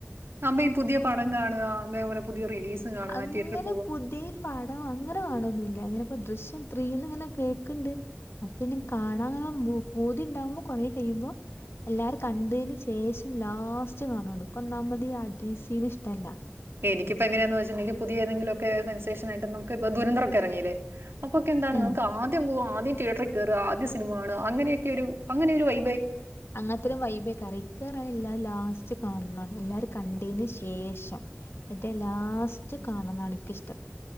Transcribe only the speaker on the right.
അപ്പം ഈ പുതിയ പടം കാണാ അതേപോലെ പുതിയ റിലീസ് കാണാ
തിയേറ്ററിൽ പോവും
എനിക്കിപ്പോ എങ്ങനെയാന്ന് വെച്ചിട്ടുണ്ടെങ്കി പുതിയഏതെങ്കിലൊക്കെ സെൻസേഷനായിട്ട് നമുക്ക് ഇപ്പൊ ദുരന്തറൊക്കെ ഇറങ്ങീല്ലേ അപ്പൊക്കെ എന്താണ്
നമുക്ക് ആദ്യം പോക ആദ്യം തിയേറ്ററിൽ കേറ ആദ്യം സിനിമ കാണാ അങ്ങനെയൊക്കെ ഒരു അങ്ങനെയൊരു വൈ